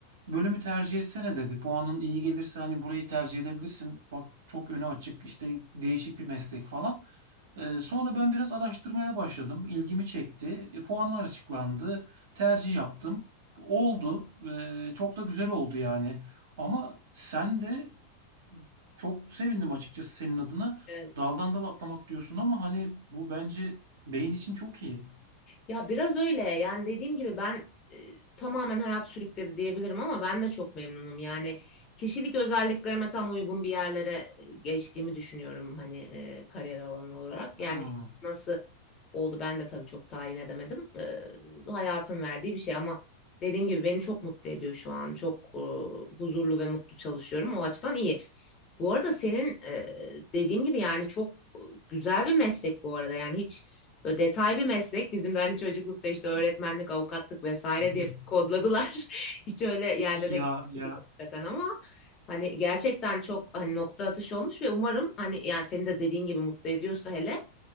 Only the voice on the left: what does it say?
Evet.
Ya biraz öyle. Yani dediğim gibi ben e, tamamen hayat sürükledi diyebilirim ama ben de çok memnunum. Yani kişilik özelliklerime tam uygun bir yerlere e, geçtiğimi düşünüyorum hani e, kariyer alanı olarak.
Yani nasıl oldu ben de tabii çok tayin edemedim. E, hayatın verdiği bir şey ama dediğim gibi beni çok mutlu ediyor şu an. Çok e, huzurlu ve mutlu çalışıyorum. O açıdan iyi. Bu arada senin e, dediğim gibi yani çok güzel bir meslek bu arada. Yani hiç Böyle detay bir meslek. Bizim de hani çocuklukta işte öğretmenlik, avukatlık vesaire
diye kodladılar. <laughs> Hiç öyle yerlere
gitmedik
hakikaten ama hani gerçekten çok hani nokta atışı olmuş ve umarım hani yani senin de dediğin gibi mutlu ediyorsa hele